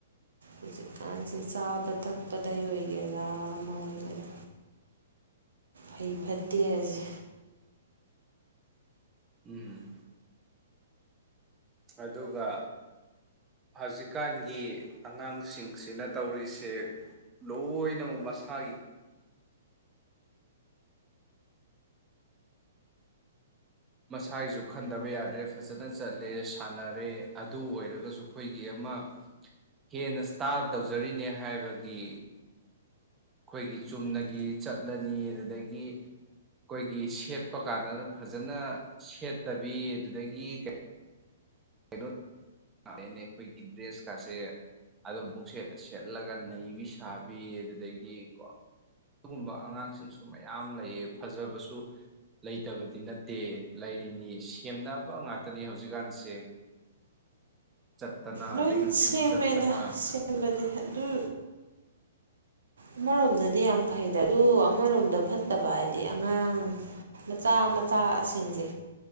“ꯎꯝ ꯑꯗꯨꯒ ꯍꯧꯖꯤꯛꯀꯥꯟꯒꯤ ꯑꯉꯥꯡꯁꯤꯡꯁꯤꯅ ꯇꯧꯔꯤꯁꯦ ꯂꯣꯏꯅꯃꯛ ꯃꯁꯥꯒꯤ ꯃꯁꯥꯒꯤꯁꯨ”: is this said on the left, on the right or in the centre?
Right